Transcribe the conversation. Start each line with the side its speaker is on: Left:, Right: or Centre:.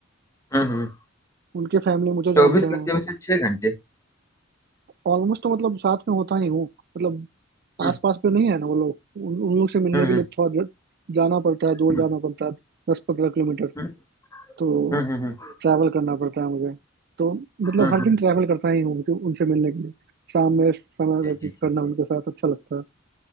Left: हुँ, हुँ, हुँ।
Right: उनके फैमिली मुझे जानते
Left: 24
Right: हैं
Left: घंटे में से 6 घंटे।
Right: ऑलमोस्ट तो मतलब साथ में होता ही हूँ मतलब आस
Left: हुँ,
Right: पास पे नहीं है ना वो लोग उन, उन लोग से मिलने
Left: हुँ,
Right: के
Left: हुँ,
Right: लिए थोड़ा ज- जाना पड़ता है दूर
Left: हुँ,
Right: जाना पड़ता है दस पंद्रह किलोमीटर
Left: हुँ,
Right: तो
Left: हुँ, हुँ, हुँ,
Right: ट्रैवल करना पड़ता है मुझे तो मतलब
Left: हुँ,
Right: हर
Left: हुँ।
Right: दिन ट्रैवल करता ही हूँ उनके- उनसे मिलने के लिए शाम में समय
Left: जी,
Right: व्यतीत
Left: जी, जी,
Right: करना
Left: जी।
Right: उनके साथ अच्छा लगता है